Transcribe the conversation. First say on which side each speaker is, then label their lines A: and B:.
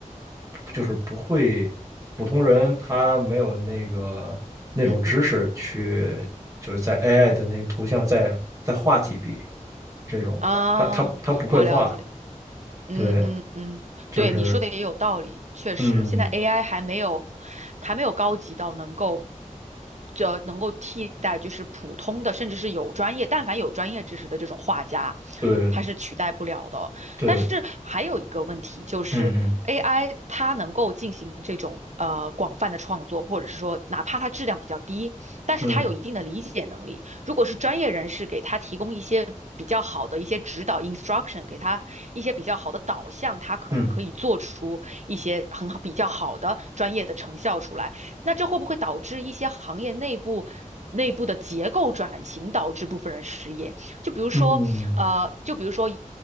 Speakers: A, on the right; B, on the right.
A: 就是不会，普通人他没有那个那种知识去，
B: 嗯嗯，
A: 就是在 AI 的那个图像再再画几笔这种，
B: 啊、
A: 他他他不会画，
B: 我了解。嗯嗯嗯，
A: 对，就是
B: 对，你说的也有道理，确实，
A: 嗯，
B: 现在 AI 还没有，还没有高级到能够，就能够替代就是普通的，甚至是有专业，但凡有专业知识的这种画家，
A: 对
B: 他是取代不了的哦。
A: 对，
B: 但是还有一个问题就是
A: 嗯嗯
B: AI 它能够进行这种呃广泛的创作，或者是说哪怕它质量比较低，但是它有一定的理解能力。
A: 嗯
B: 如果是专业人士给他提供一些比较好的一些指导 instruction，给他一些比较好的导向，它可能可以做出一些很好比较好的专业的成效出来。
A: 嗯
B: 那这会不会导致一些行业内部？内部的结构转型导致部分人失业，就比如说，
A: 嗯
B: 呃，就比如说一